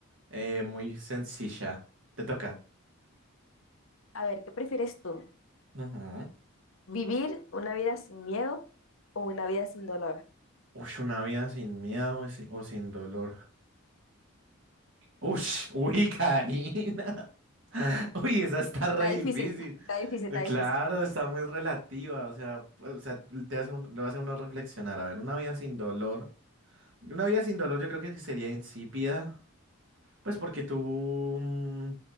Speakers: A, on the right; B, on the left.
A: eh, muy sencilla. Te toca.
B: A ver, ¿qué prefieres tú?
A: Ujú.
B: ¿Vivir una vida sin miedo o una vida sin dolor?
A: Uy, una vida sin miedo y sin- o sin dolor. Uy, <laughs> uy, Karina. <laughs> Uy, esa está re
B: Está difícil,
A: difícil.
B: <laughs> está difícil, está
A: Claro,
B: difícil.
A: está muy relativa, o sea, pues, o sea, te hace un- lo hace uno reflexionar. A ver, una vida sin dolor. Una vida sin dolor yo creo que sería insípida, pues porque tú mm,